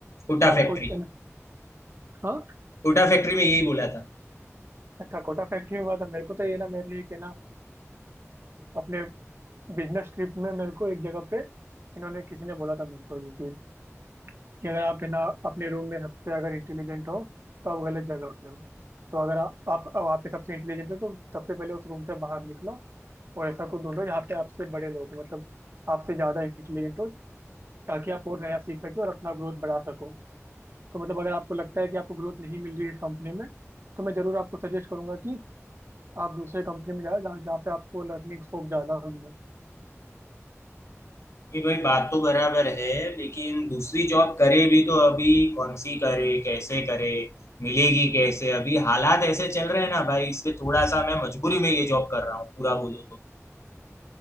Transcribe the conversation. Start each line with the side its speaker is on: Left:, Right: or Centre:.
Left: कोटा
Right: तो आपको
Left: फैक्ट्री
Right: इन- हाँ
Left: कोटा फैक्ट्री में यही बोला था
Right: अच्छा कोटा फैक्ट्री में हुआ था मेरे को तो ये ना मेरे एक है ना अ, अपने बिजनेस ट्रिप में मेरे को एक जगह पे इन्होंने किसी ने बोला था मेरे को ये चीज़ कि अगर आप है ना अपने रूम में सबसे अगर इंटेलिजेंट हो तो आप गलत जगह पे हो तो अगर आप, आप वहाँ पे सबसे इंटेलिजेंट हो तो सबसे पहले उस रूम से बाहर निकलो और ऐसा कुछ ढूंढो जहाँ पे आपसे बड़े लोग हो मतलब आपसे ज़्यादा इंटेलिजेंट हो ताकि आप और नया सीख सको और अपना ग्रोथ बढ़ा सको तो मतलब अगर आपको लगता है कि आपको ग्रोथ नहीं मिल रही है इस कंपनी में तो मैं ज़रूर आपको सजेस्ट करूंगा कि आप दूसरे कंपनी में जाओ जहाँ जहाँ पे आपको लर्निंग स्कोप ज़्यादा मिले
Left: नहीं भाई बात तो बराबर है लेकिन दूसरी जॉब करे भी तो अभी कौन सी करे कैसे करे मिलेगी कैसे अभी हालात ऐसे चल रहे हैं ना भाई इसलिए थोड़ा सा मैं मजबूरी में ये जॉब कर रहा हूँ पूरा बोलूँ तो